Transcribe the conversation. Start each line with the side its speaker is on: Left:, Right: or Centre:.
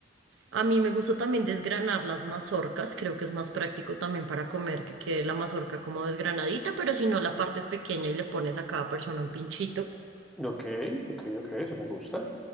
Right: A mí me gusta también desgranar las mazorcas, creo que es más práctico también para comer que quede la mazorca como desgranadita, pero si no la partes pequeña y le pones a cada persona un pinchito.
Centre: Ok, ok, ok, eso me gusta.